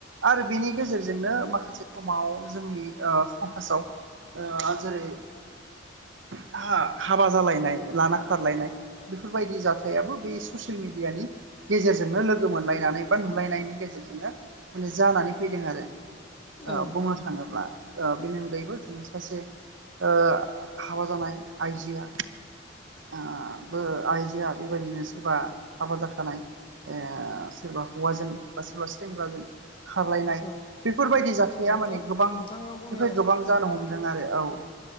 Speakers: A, on the right; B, on the left.
A: आरो बेनि गेजेरजोंनो माखासे समाव जोंनि ओ समाजाव ओ जेरै- हा-हाबा जालायनाय लाना खारलायनाय बेफोरबायदि जाथायाबो बे ससियेल मिडियानि गेजेरजोंनो लोगो मोनलायनानै बा नुलायनायनि गेजेरजोंनो माने जानानै फैदों आरो
B: औ
A: बुंनो थाङोब्ला बेनि अनगायैबो जोङो सासे ओ हाबा जानाय आइजोआ ओ बो आइजोआ बेबायदिनो सोरबा हाबा जाखानाय ओ सोरबा हौवाजों बा सोरबा सेंग्राजों खारलायनाय
B: औ
A: बेफोरबायदि जाथाया
B: नंगौ
A: माने गोबांनिफ्राय
B: नोंथाङा बुंनाया
A: गोबां
B: सैथो
A: जानो हमदों आरो औ